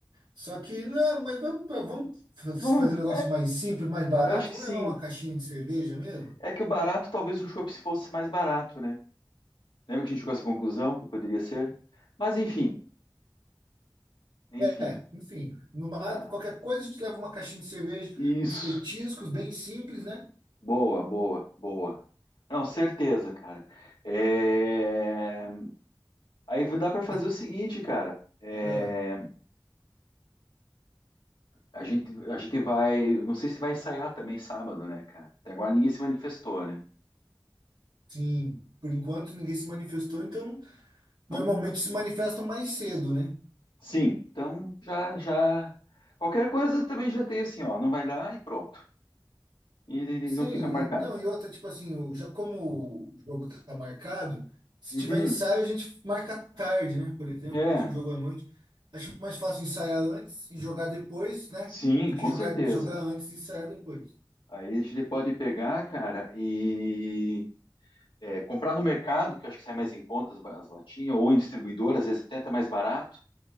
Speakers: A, on the right (about 85°); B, on the left (about 80°).
A: Só que, não, mas vamos, pra- vamos fa- fazer
B: Bom,
A: um negócio mais simples, mais barato.
B: eu acho que
A: Vamos
B: sim.
A: levar uma caixinha de cerveja mesmo?
B: É que o barato, talvez o chopp se fosse mais barato, né? Lembra que a gente chegou a essa conclusão que poderia ser? Mas enfim, enfim.
A: É, enfim. Numa,
B: Ah,
A: qualquer coisa a gente leva uma caixinha de cerveja,
B: isso.
A: uns petiscos bem simples, né?
B: Boa, boa, boa. Não, certeza, cara. É... Aí dá para fazer
A: A-
B: o seguinte, cara. É...
A: ah,
B: A gente, a gente vai. Não sei se vai ensaiar também sábado, né, cara? Até agora ninguém se manifestou, né?
A: sim, por enquanto ninguém se manifestou, então
B: Então,
A: normalmente se manifestam mais cedo, né?
B: sim. Então, já, já. Qualquer coisa também já tem assim, ó. Não vai dar e pronto. E, e-
A: Sim,
B: e não fica marcado.
A: e- não, e outra, tipo assim, o- já como o jogo tá marcado, se
B: Uhum.
A: tiver ensaio, a gente marca à tarde, né? Por exemplo,
B: É,
A: deixa o jogo à noite. Acho mais fácil ensaiar antes e jogar depois, né?
B: sim,
A: Do
B: com
A: que jogar,
B: certeza.
A: jogar antes e ensaiar depois.
B: Aí a gente pode pegar, cara, e é, comprar no mercado, que eu acho que sai mais em contas as ba- as latinhas, ou em distribuidor, às vezes até tá mais barato,